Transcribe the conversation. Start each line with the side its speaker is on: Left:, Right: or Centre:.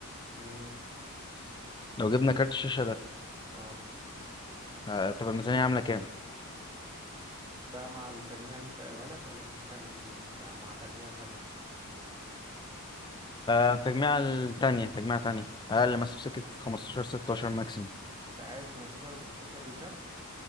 Right: امم
Left: لو جبنا كارت الشاشة ده
Right: اه
Left: آه، طب الميزانية عاملة كام؟
Right: ده مع التجميع اللي لسه قايلها لك ولا من حاجة من مع تجميع تانية
Left: آه، تجميع التانية تجميع تانية أقل مثلا في سكة 15 16 ماكسيموم
Right: أنت عايز خمستاشر بستاشر بالكارت